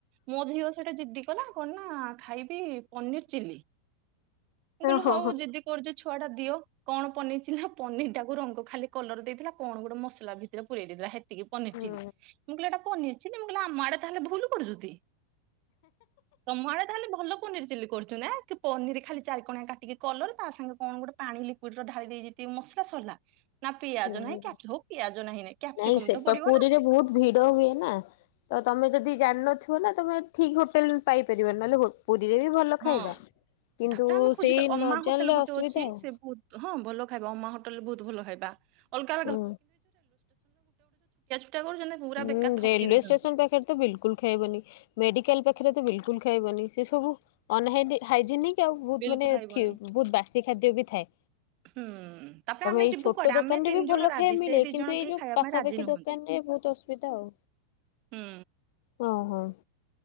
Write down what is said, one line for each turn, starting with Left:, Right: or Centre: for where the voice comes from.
Right: ମୋ <unintelligible> କେଡେ ଜିଦ୍ଦି କଲା କଣ ନା ଖାଇବି ପନିର ଚିଲି। ମୁଁ କହିଲି
Left: ହଁ
Right: ହଉ
Left: ହଁ
Right: ଜିଦ୍ଦି କରୁଚି ଛୁଆ ଟା। ଦିଅ କଣ ପନି <unintelligible> ପନିର ଟାକୁ ରଙ୍ଗ ଖାଲି କଲର ଦେଇଥିଲା କଣ ଗୋଟେ ମସଲା ଭିତରେ ପୁରେଇ ଦେଇଥିଲା ହେତିକି ପନିର
Left: ହଁ
Right: ଚିଲି ମୁଁ କହିଲି ଏଟା ପନିର ଚିଲି ମୁଁ କହିଲି ଆମ ଆଡେ ତାହେଲେ ଭୁଲ କରୁଚୁତି। ତମ ଆଡେ ତାହେଲେ ଭଲ ପନିର ଚିଲି କରୁଚି ନା କି ପନିର ଖାଲି ଚାରି କଣିଆ କାଟିକି କଲର ତା ସାଙ୍ଗେ କଣ ଗୋଟେ ପାଣି ଲିକୁଇଡ ର ଢାଳି ଦେଇ କି ମସଲା ସରିଲା ନା ପିଆଜ
Left: ହୁଁ
Right: ନାହିଁ
Left: ହୁଁ।
Right: କ୍ୟାପସ ହଉ ପିଆଜ ନାହିଁ। କ୍ୟାପ୍ସିକମ
Left: ନାଇଁ ସେତ
Right: ତ ପଡିବ
Left: ପୁରୀରେ
Right: ନା
Left: ବହୁତ ଭିଡ ହୁଏ ନା ତ ତମେ ଯଦି ଜାଣିନଥିବ ନା ତମେ ଠିକ୍ ଟେଲ ପାଇପାରିବା ନହେଲେ ପୁରୀରେ ବି ଭଲ ଖାଇବା
Right: ହଁ।
Left: କିନ୍ତୁ
Right: ତାପରେ ଆମେ ଖୋଜୁ
Left: ସେଇ
Right: ତ
Left: ନ
Right: ଅମା ହୋଟେଲ
Left: ଜାଣିଲେ
Right: ଗୋଟେ
Left: ଅସୁବିଧା
Right: ଅଛି
Left: ଆଉ
Right: ସେ ବହୁତ ହଁ ଭଲ ଖାଇବା ଅମା ହୋଟେଲ ବହୁତ ଭଲ ହାଇବା ଅଲଗା
Left: ହୁଁ
Right: <unintelligible> <unintelligible> ପୁରା
Left: ଉଁ
Right: ବେକାର ଠକି
Left: ରେଲୱେ
Right: ଦଉଛନ୍ତି।
Left: ଷ୍ଟେସନ ପାଖରେ ତ ବିଲକୁଲ ଖାଇବନି ମେଡିକାଲ ପାଖ ଖେରେ ତ ବିଲକୁଲ ଖାଇବନି ସେ ସବୁ ଅନ ହାଇ ହାଇଯେନିକ ତି ଆଉ ବହୁତ
Right: ବିଲକୁଲ
Left: ମାନେ
Right: ଖାଇବନି
Left: ଥୀ ବହୁତ ବାସି ଖାଦ୍ୟ ବି ଥାଏ
Right: ହୁଁ ତାପରେ
Left: ତମେ
Right: ଆମେ
Left: ଏଇ
Right: ଯିବୁ
Left: ଛୋଟ
Right: କୁଆଡେ
Left: ଦୋକାନ
Right: ଆମେ ତିନି
Left: ରେ ବି ଭଲ
Right: ଜଣ ରାଜି
Left: ଖାଇବା ମିଳେ
Right: ସେ ଦି
Left: କିନ୍ତୁ
Right: ଜଣ
Left: ଏଇ
Right: କେହି
Left: ଯୋଉ
Right: ଖାଇବା
Left: ପାଖାପାଖି
Right: ପାଇଁ ରାଜି ନୁହନ୍ତି
Left: ଦୋକାନ ରେ ବହୁତ ଅସ ହୁଏ ତ ଆଉ
Right: ହୁଁ
Left: ହଁ- ଓହୋ।